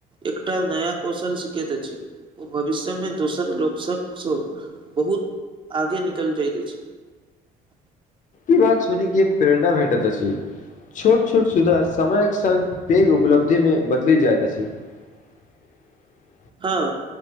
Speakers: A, on the right; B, on the left.
A: एकटा नया कौशल सीखैत अछि ओ भविष्यमे दोसर लोकसभसँ -बहुत आगे निकल जाइत अछि। <unintelligible>
B: ई बात सुनी के प्रेरणा भेटैत अछि छोट -छोट सुधार समयक संग पैघ उपलब्धिमे बदली जायत अछि। <unintelligible>
A: हां